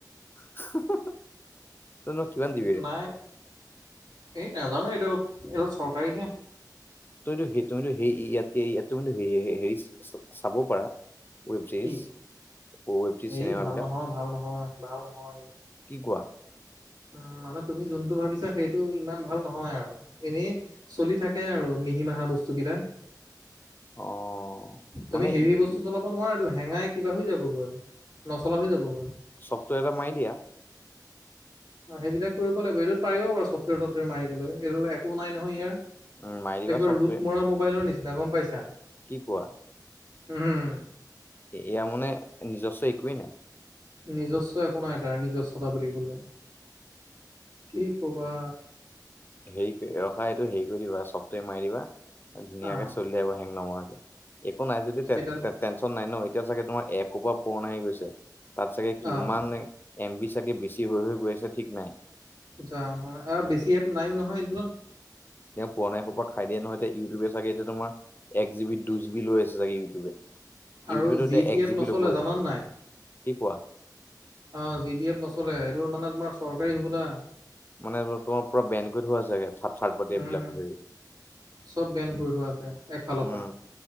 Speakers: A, on the left (about 30°); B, on the right (about 75°).
A: <unintelligible> নই নই কিমান দি
B: নাই এই নাজানো এইডাল এইডাল চৰকাৰীহে
A: তুমিটো সেই তুমিটো সেই ইয়াতে ইয়াত তুমিটো হেইত চা চাব পাৰা ৱেব জেইছ
B: কি
A: ৱেব জি চিনেমাবিলাক
B: এই ভাল নহয়
A: কি
B: ভাল নহয় ভাল নহয়
A: কোৱা
B: উম মানে তুমি যোনটো ভাবিছা সেইটো ইমান ভাল নহয় আৰু এনে চলি থাকে আৰু মিহি মাহা বস্তু বিলাক
A: অ মানে
B: তুমি হেৰি
A: ই-
B: বস্তু
A: ই-
B: চলাব নোৱাৰা এইটো হেঙাই কিবা হৈ যাবগৈ নচলা হৈ যাবগৈ
A: চফটোৱেৰ এটা মাৰি দিয়া
B: সেইবিলাক কৰিব লাগিব এইটোত পাৰিব চফটোৱেৰ টবটোৱেৰ মাৰিবলৈ এই একো নাই নহয় ইয়াৰ
A: উম, মাৰি দিবা
B: একেবাৰে
A: চফ্টৱেৰ
B: ৰুট মৰা মোবাইলৰ নিচিনা গম পাইছা
A: কি কোৱা
B: উম হুম
A: এয়া মানে নিজস্ব একোৱেই নাই
B: নিজস্ব একো নাই তাৰ নিজস্বতা বুলিবলে কি কবা
A: হেৰি কৰি ৰখা এইটো হেৰি কৰি দিবা চফটোৱেৰ মাৰি দিবা ধুনীয়াকে
B: আহ
A: চলি থাকিব হেং নমৰাকে একো নাই যদি
B: সেইডাল
A: টেন টেনচন নাই ন এতিয়া চাগে তোমাৰ এসোপা ফন আহি গৈছে তাত চাগে কিমান
B: আহ
A: এম বি চাগে বেছি হৈ হৈ গৈ আছে ঠিক নাই
B: জানো আৰু বেছি এপ নাইও নহয় এইডালত
A: তেওঁ পুৰণা সোপাই খাই দিয়ে নহয় এতিয়া ইউটোবে চাগে এতিয়া তোমাৰ এক জি বিত দুই জি বি লৈ আছে চাগে ইউটোবে ইউটোবেটো
B: আৰু জি
A: এতিয়া
B: টি
A: এক
B: এপ
A: জিবি
B: নচলে
A: ল'বই
B: জানানে নাই
A: কি কোৱা
B: অ জি টি এপ নচলে এইটো মানে তোমাৰ চৰকাৰী হবলা
A: মানে তোমাৰ পুৰা বেন কৰি থোৱা চাগে থাত থাৰ্ড পাৰ্টি
B: উম
A: এইবিলাক হেৰি উম
B: চব বেন কৰি থোৱা আছে একফালৰ পৰা